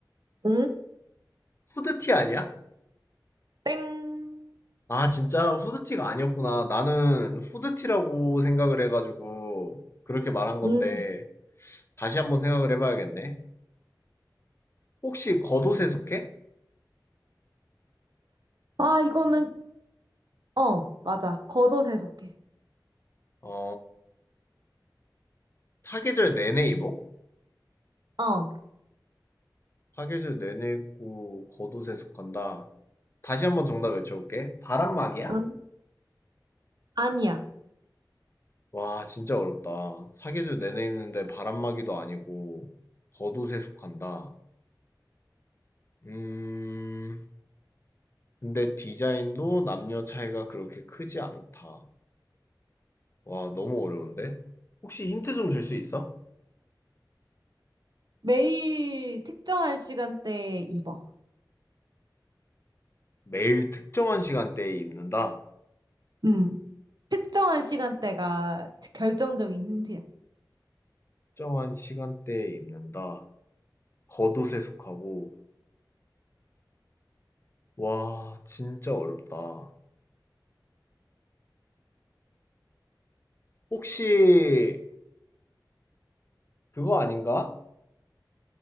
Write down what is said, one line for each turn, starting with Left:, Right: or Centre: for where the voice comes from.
Right: 음,
Left: 후드티 아니야?
Right: 땡.
Left: 아 진짜 후드티가 아니었구나. 나는 후드티라고 생각을 해가지고 그렇게 말한 건데
Right: 응.
Left: 다시 한번 생각을 해봐야겠네. 혹시 겉옷에 속해?
Right: 아, 이거는, 어, 맞아. 겉옷에 속해.
Left: 어 사계절 내내 입어?
Right: 어,
Left: 사계절 내내고 겉옷에 속한다. 다시 한번 정답 외쳐볼게. 바람막이야?
Right: 응. 아니야.
Left: 와, 진짜 어렵다. 사계절 내내 입는데 바람막이도 아니고 겉옷에 속한다. 음, 근데 디자인도 남녀 차이가 그렇게 크지 않다. 와, 너무 어려운데? 혹시 힌트 좀 줄 수 있어?
Right: 매일 특정한 시간대에 입어.
Left: 매일 특정한 시간대에 입는다.
Right: 음. 특정한 시간대가 결정적인 힌트야.
Left: 특정한 시간대에 입는다. 겉옷에 속하고. 와, 진짜 어렵다. 혹시 그거 아닌가?